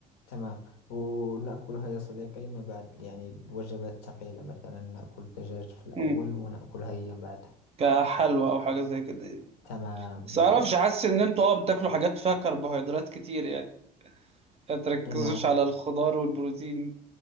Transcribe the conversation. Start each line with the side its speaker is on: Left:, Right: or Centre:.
Left: تمام ونأكلها يا صديقي ما بعد يعني الوجبات الثقيلة مثلا نأكل الدجاج في الأول
Right: مم.
Left: ونأكلها هي بعدها
Right: كحلوى او حاجة زي كده يعني
Left: تمام
Right: بس
Left: بالفعل
Right: معرفش حاسس ان انتوا اه بتاكلوا حاجات فيها كربوهيدرات كتير يعني ما تركزوش
Left: نعم
Right: على الخضار والبروتين